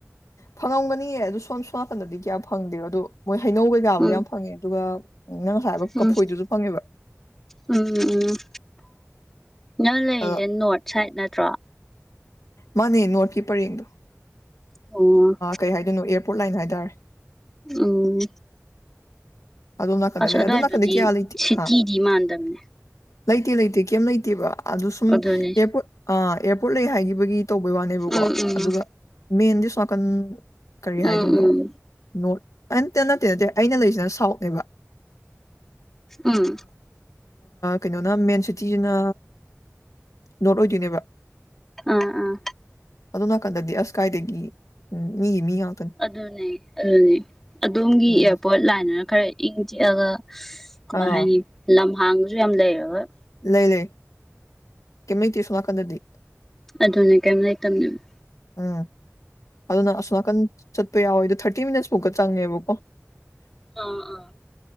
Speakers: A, on the left (about 85°); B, in the centre.
A: ꯐꯪꯉꯝꯒꯅꯤꯌꯦ ꯑ ꯑꯗꯨ ꯁꯣꯝ ꯁꯣꯝ ꯅꯥꯀꯟꯗꯗꯤ ꯀꯌꯥ ꯐꯪꯗꯦꯕ ꯑꯗꯣ ꯃꯣꯏ ꯍꯩꯅꯧ ꯀꯩꯀꯥꯕꯨꯗꯤ
B: ꯎꯝ
A: ꯌꯥꯝ ꯐꯪꯉꯦ ꯑꯗꯨꯒ ꯅꯪ ꯉꯁꯥꯏ ꯍꯥꯏꯕ
B: ꯎꯝ
A: ꯀꯐꯣꯏꯗꯨꯁꯨ ꯐꯪꯉꯦꯕ
B: ꯎꯝ ꯎꯝ ꯅꯪ ꯂꯩꯔꯤꯁꯦ
A: ꯑꯗ
B: ꯅꯣꯔꯠ ꯁꯥꯏꯠ ꯅꯠꯇ꯭ꯔꯣ
A: ꯃꯥꯅꯦ ꯅꯣꯠꯀꯤꯤꯄꯔ ꯌꯦꯡꯗ
B: ꯑꯣ
A: ꯀꯩ ꯍꯥꯏꯗꯣꯏꯅꯣ ꯑꯦꯔꯄꯣꯔꯠ ꯂꯥꯏꯟ ꯍꯥꯏꯇꯥꯔꯦ
B: ꯑꯝ
A: ꯑꯗꯣꯝ ꯅꯥꯀꯟꯗ
B: ꯑꯁ
A: ꯂꯩ
B: ꯑꯗꯨꯋꯥꯏꯗꯨꯗꯤ
A: ꯑꯗꯣꯝ ꯅꯥꯀꯟꯗꯤ ꯀꯌꯥ ꯂꯩꯇꯦ
B: ꯁꯤꯇꯤꯗꯤ
A: ꯍꯥ
B: ꯃꯥꯟꯗꯝꯅꯦ
A: ꯂꯩꯇꯦ ꯂꯩꯇꯦ ꯀꯩꯝ ꯂꯩꯇꯦꯕ ꯑꯗꯨꯣ ꯁꯨꯝ
B: ꯑꯗꯨꯅꯤ
A: ꯑꯦꯌꯥꯔꯄꯣꯔꯠ ꯑꯦꯔꯄꯣꯔꯠ ꯂꯩ ꯍꯥꯏꯈꯤꯕꯒꯤ ꯇꯧꯕꯩ ꯋꯥꯅꯦꯕꯀꯣ
B: ꯎꯝ ꯎꯝ
A: ꯑꯗꯨꯒ ꯃꯦꯟꯗꯤ ꯁꯣꯅꯥꯀꯟ ꯀꯔꯤ
B: ꯎꯝ
A: ꯍꯥꯏꯗꯣꯏꯅꯣ
B: ꯎꯝ
A: ꯅꯣꯔꯠ ꯑꯟꯇ ꯅꯠꯇꯦ ꯅꯠꯇꯦ ꯑꯩꯅ ꯂꯩꯁꯤꯅ ꯁꯥꯎꯠ ꯂꯩꯕ
B: ꯑꯥ
A: ꯀꯩꯅꯣꯅ ꯃꯦꯟ ꯁꯤꯇꯤꯁꯤꯅ ꯅꯣꯔꯠ ꯑꯣꯏꯗꯣꯏꯅꯦꯕ
B: ꯑꯥ ꯑꯥ
A: ꯑꯗꯨ ꯅꯥꯀꯟꯗꯗꯤ ꯑꯁ ꯀꯥꯏꯗꯒꯤ ꯃꯤꯒꯤ ꯃꯤ ꯉꯥꯛꯇꯅꯤ
B: ꯑꯗꯨꯅꯦ ꯑꯗꯨꯅꯦ ꯑꯗꯣꯝꯒꯤ
A: ꯎꯝ
B: ꯏꯌꯥꯔꯄꯣꯔꯠ ꯂꯥꯏꯅꯅ ꯈꯔ ꯏꯪ ꯆꯤꯛꯑꯒ ꯀꯃꯥꯏ
A: ꯑꯥ
B: ꯍꯥꯏꯅꯤ ꯂꯝꯍꯥꯡꯕꯁꯨ ꯌꯥꯝ ꯂꯩꯔꯦ ꯍꯣꯏ
A: ꯂꯩ ꯂꯩ ꯀꯃ ꯊꯁꯨꯅꯥ ꯀꯟꯗ꯭ꯔꯗꯤ
B: ꯑꯗꯨꯅꯦ ꯀꯩꯝ ꯂꯩꯇꯝꯅꯤꯡꯕ
A: ꯎꯝ ꯑꯗꯨꯅ ꯑꯁꯣꯃꯅꯥꯀꯟ ꯆꯠꯄ ꯌꯥꯎꯋꯦꯗꯣ ꯊꯥꯔꯇꯤ ꯃꯤꯅꯠꯁ ꯐꯥꯎꯀ ꯆꯪꯉꯦꯕꯀꯣ
B: ꯑꯥ ꯑꯥ